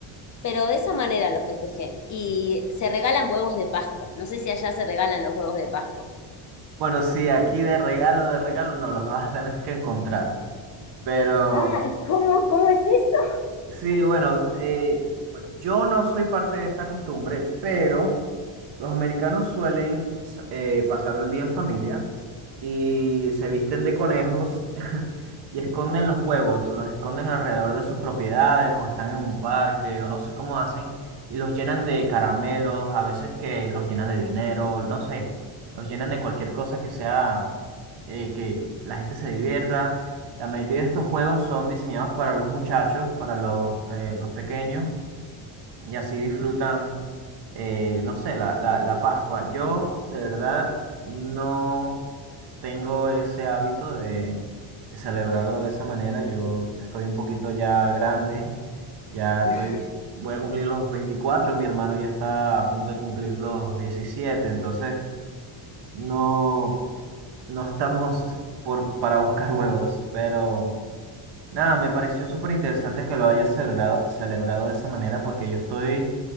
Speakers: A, on the left; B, on the right.
A: Pero de esa manera lo festejé. Y se regalan huevos de Pascua. No sé si allá se regalan los huevos de Pascua.
B: Bueno, sí, aquí de regalo, de regalo, no, los vas a tener que encontrar. Pero,
A: Ah, <laughs> ¿cómo, cómo es eso?
B: sí, bueno, eh, yo no soy parte de esta costumbre, pero... Los americanos suelen eh, pasar el día en familia y se visten de conejos <laughs> y esconden los huevos, los esconden alrededor de sus propiedades o están en un parque o no sé cómo hacen y los llenan de caramelos, a veces que los llenan de dinero, no sé, los llenan de cualquier cosa que sea eh, que la gente se divierta. La mayoría de estos juegos son diseñados para los muchachos, para los, eh, los pequeños y así disfrutan eh, no sé, la, la, la Pascua. Yo de verdad no tengo ese hábito de celebrarlo de esa manera. Yo estoy un poquito ya grande, ya estoy,
A: <laughs>
B: voy a cumplir los veinticuatro mi hermano ya está a punto de cumplir los diecisiete entonces no, no estamos por, para buscar huevos, pero... Nada, me pareció súper interesante que lo hayas celebrado, celebrado de esa manera porque yo estoy